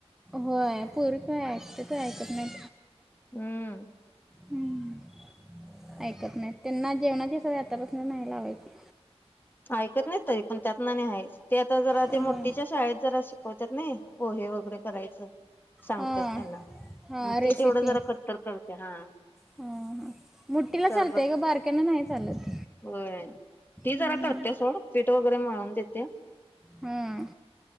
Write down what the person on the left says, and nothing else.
हम्म.
ऐकत नाही तरी पण त्यात ना नाही आहे ते आता जरा ते
मोठीच्या शाळेत जरा शिकवतात नाही. पोहे वगैरे करायचं. सांगतात
त्यांना
मग
ते ती तेवढं जरा कट्टर करते हा.
सरबत
होय ते जरा
करते सोड पीठ वगैरे मळून देते.